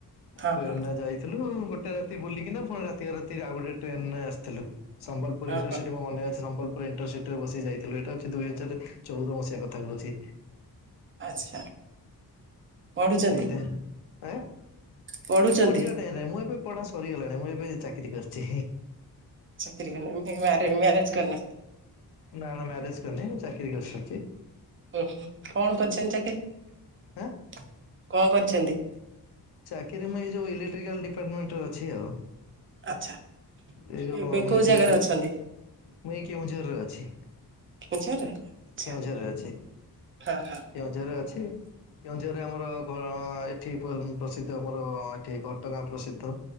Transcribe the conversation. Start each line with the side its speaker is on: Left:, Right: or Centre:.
Right: ହଁ
Left: ଟ୍ରେନ
Right: ହଁ
Left: ଟ ଯାଇଥିଲୁ ଗୋଟେ ରାତି ବୁଲିକିନା ପୁଣି ରାତିରେ ରାତି ଆଉ ଗୋଟେ ଟ୍ରେନ ଆସିଥିଲ। ଥିଲୁ ସମ୍ବଲପୁର
Right: ହଁ
Left: ଇଣ୍ରସିଟି
Right: ହଁ
Left: ମ ମନେ ଅଛି ସମ୍ବଲପୁର ଇଣ୍ଟରସିଟି ଟା ବସି ଯାଇଥିଲୁ ଏଟା ହଉଚି ଦୁଇ ହଜାର ଚଉଦ ମସିହା କଥା କହୁଛି।
Right: ଆଚ୍ଛା ପଢୁଛନ୍ତି
Left: ସେଇଟା ଆଁ,
Right: ପଢୁଛନ୍ତି
Left: ନା ପଢିବା ଟାଇମ୍ ନାଇଁ, ମୁଁ ଏବେ ପଢା ସରିଗଲାଣି ମୁଁ ଏବେ ଚାକିରି କରିଛି।
Right: ଚାକିରି କଲେଣି, ଫେ ମ୍ୟାରେ ମ୍ୟାରେଜ କରନାହାନ୍ତି?
Left: ନା ନା ମ୍ୟାରେଜ୍ କରିନି, ମୁଁ ଚାକିରି କରିସାରଛି।
Right: ଅଁ, ହୋ କଣ କରିଛନ୍ତି ଚାକିରି?
Left: ଆଁ
Right: କଣ କରିଛନ୍ତି?
Left: ଚାକିରି ମୁଁ ଏଇ ଯୋଉ ଇଲେକ୍ଟ୍ରିକାଲ୍ ଡଡିପାର୍ଟମେଣ୍ଟ ଅଛି ଆଉ।
Right: ଆଚ୍ଛା
Left: ଏଇ ଯୋଉ
Right: ଏବେ
Left: ହଁ
Right: କୋଉ
Left: ମୁଁ
Right: ଜାଗାରେ
Left: ଇଲେକ୍ଟ୍ରିକ,
Right: ଅଛନ୍ତି
Left: ମୁଁ ଏଇ କେଉଁଝରରେ ଅଛି।
Right: କେଉଁଝରରେ? ଆଚ୍ଛା
Left: କେଉଁଝର ରେ ଅଛି।
Right: ହଁ ହଁ
Left: କେଉଁଝର ରେ ଅଛି। କେଉଁଝରରେ ଆମର ଘ, ଅଁ, ଏଠି ପ୍ର ଉଁ, ପ୍ରସିଦ୍ଧ ଆମର ଏଠି ଘଟଗାଁ ପ୍ରସିଦ୍ଧ।